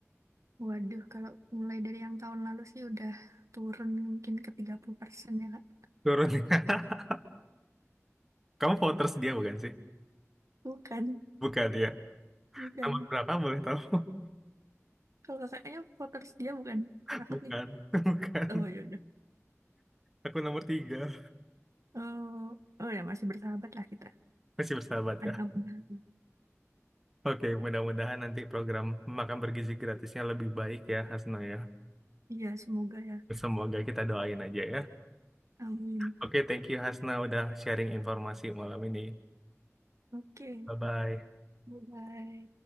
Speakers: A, on the right; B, in the centre.
A: Waduh, kalau mulai dari yang tahun lalu sih udah turun mungkin ke 30% ya, Kak.
B: Turun ya. <laughs> Kamu voters dia bukan sih?
A: Bukan,
B: Bukan ya.
A: bukan.
B: Nomor berapa boleh tahu?
A: Kalau kakaknya voters dia bukan.
B: <laughs>
A: Takut
B: Bukan,
A: nih.
B: <laughs> bukan.
A: Oh, ya udah.
B: Aku nomor tiga.
A: Oh, oh ya masih bersahabat lah kita.
B: Masih bersahabat
A: Aman-aman.
B: ya. Oke, mudah-mudahan nanti program makan bergizi gratisnya lebih baik ya, Hasno ya.
A: Iya, semoga ya.
B: Semoga kita doain aja ya.
A: Amin.
B: Oke, thank you Hasna udah sharing informasi malam ini.
A: Oke,
B: Bye-bye.
A: Bye-bye.